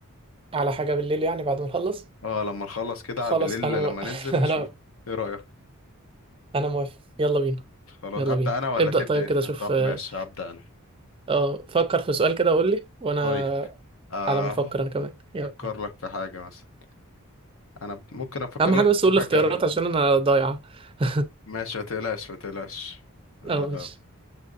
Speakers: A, on the right (about 25°); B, on the left (about 65°).
A: على حاجة بالليل يعني بعد ما نخلص
B: اه لما نخلص كده
A: خلاص
B: بالليل
A: انا مو...
B: لما
A: <laughs>
B: ننزل نشوف
A: انا
B: ايه رايك
A: انا موافق يلا بينا
B: خلاص
A: يلا
B: ابدا
A: بينا
B: انا ولا
A: ابدأ
B: تبدا
A: طيب
B: انت
A: كده شوف
B: طب
A: اه
B: ماشي ابدا انا
A: آه، فكر في سؤال كده وقول لي وانا
B: طيب آه
A: على ما افكر انا كمان يلا
B: أفكر لك في حاجة مثلا أنا ب- ممكن أفكر
A: اهم حاجة
B: لك
A: بس
B: في
A: قول لي
B: حاجة
A: اختيارات عشان انا ضايعة <laughs>
B: ماشي ما تقلقش ما تقلقش آه
A: اه ماشي